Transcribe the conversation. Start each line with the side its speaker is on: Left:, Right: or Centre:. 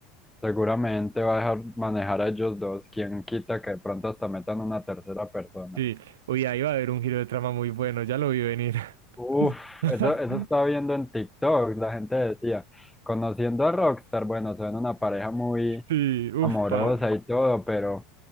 Centre: Seguramente va a dejar manejar a ellos dos, quien quita que de pronto hasta metan una tercera persona.
Right: Sí. Uy, ahí va a haber un giro de trama muy bueno, ya lo vi venir.
Centre: Uf,
Right: <laughs>
Centre: eso, eso estaba viendo en TikTok, la gente decía, conociendo a Rockstar, bueno, son una pareja muy
Right: Sí, uff,
Centre: amorosa
Right: pa.
Centre: y todo, pero